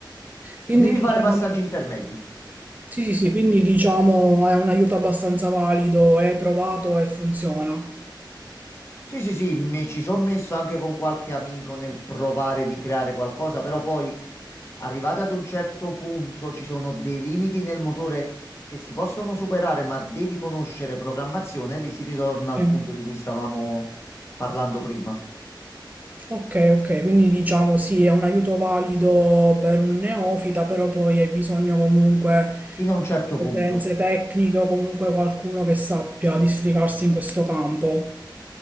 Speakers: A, on the right; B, on the left.
A: Quindi
B: Non devi
A: diciamo,
B: fare passaggi intermedi.
A: sì, sì, sì, quindi diciamo è un aiuto abbastanza valido, è provato e funziona.
B: Sì, sì, sì, mi ci sono messo anche con qualche amico nel provare di creare qualcosa, però poi arrivati ad un certo punto ci sono dei limiti nel motore che si possono superare, ma devi conoscere programmazione e lì si ritorna al
A: Sì.
B: punto di cui stavamo parlando prima.
A: Ok, ok, quindi diciamo sì, è un aiuto valido per un neofita, però poi hai bisogno comunque
B: Fino
A: di
B: a un certo punto.
A: competenze tecniche o comunque qualcuno che sappia districarsi in questo campo.